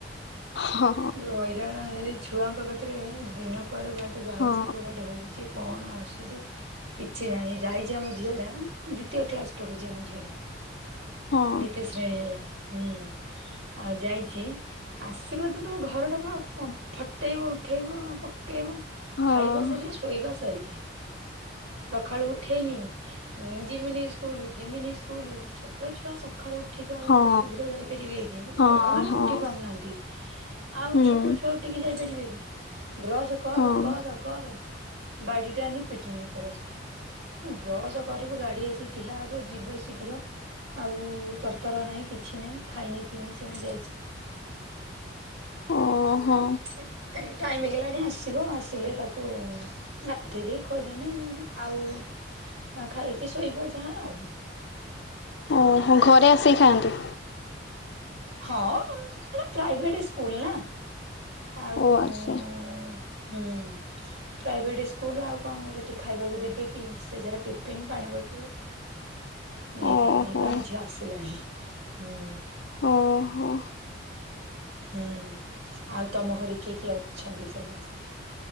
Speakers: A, on the left (about 60°); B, on the right (about 90°).
A: ହଁ
B: ଯୋଉ ହଇରାଣ ଏଇ ଛୁଆଙ୍କ କତିରେ ଦିନ କୁଆଡେ ବାଟେ ଯାଉଛି
A: ହଁ
B: କୋବାଟେ ହଉଛି କଣ ଆସୁଛି? କିଛି ନାଇ ଯାଇଛି ଆମ ଝିଅ ଟା ଦ୍ୱିତୀୟ କ୍ଲାସ ପଢୁଛି ଆମ ଝିଅ ଟା।
A: ହଁ
B: ଦିତୀୟ ଶ୍ରେଣୀ ହେଲା ହୁଁ ଆଉ ଯାଇଛି। ଆସିବ ତ ତ ଘର ଟା ପୁରା ଫଟେଇବ ଉଠେଇବ। ପକେଇବ
A: ହଁ
B: ଖାଇବା ସାରିକା ଶୋଇବା ସାରିକା ସକାଳୁ ଉଠେଇନି ଜିମିନି ସ୍କୁଲ ଜିମିନି ସ୍କୁଲ ଛୋଟ ଛୁଆ ସଖାଳୁ ଉଠିକି ଆଉ
A: ହଁ
B: ଏତେ ଶୀଘ୍ର ଯାଇପାରିବେ କି
A: ହଁ
B: ବଡ ମାନେ
A: ହଁ ହଁ
B: ଉଠି ପାରୁନାହାନ୍ତି ଆଉ
A: ହୁଁ
B: ଛୋଟ ଛୁଆ ଉଠିକି ଯାଇପାରିବେ କି ବ୍ରସ କର
A: ହଁ
B: କର କର ବାଡି ଟା ଆଣି ପିଟନି ପରାସ୍ତେ ବ୍ରଶ କରିବୁ ଗାଡ଼ି ଆସି ଠିଆ ହବ ଯିବୁ ଶୀଘ୍ର। ଆଉ ତରତର ନାହିଁ କିଛି ନାହିଁ ଖାଇନି ପିିନି ସେମିତି ଯାଇଛି।
A: ଓହୋ।
B: ଏ ଏଇ ଟାଇମ ହେଇଗଲାଣି ଆସିବ ଆସିଲେ ତାକୁ ଗାଧେଇ ଦେଇ ଖୋଇଦେମି ଆଉ ଆଉ ଖାଇକି ଶୋଇବ ଯାହା ଆଉ।
A: ଓ ହୋ ଘରେ ଆସିକି ଖାଆନ୍ତି?
B: ହଁ ଏଟା ପ୍ରାଇଭେଟ ସ୍କୁଲ ନା। ଆଉ
A: ଓ ଆଚ୍ଛା
B: ହୁଁ। ପ୍ରାଇଭେଟ ସ୍କୁଲ ଆଉ କଣ କ ସେଠି ଖାଇବାକୁ ଦେବେ କି ସେ ଯାହା ଟିଫନ୍ ପାଣି ବୋଟଲ
A: <inaudible>
B: ନେଇଥାନ୍ତି
A: ଓହୋ
B: ଏଇବା ମୋ ଝିଅ ଆସିଲାଣି ହୁଁ।
A: ଓହୋ।
B: ହୁଁ ଆଉ ତମ ଘରେ କିଏ କିଏ ଅଛନ୍ତି ସମସ୍ତେ?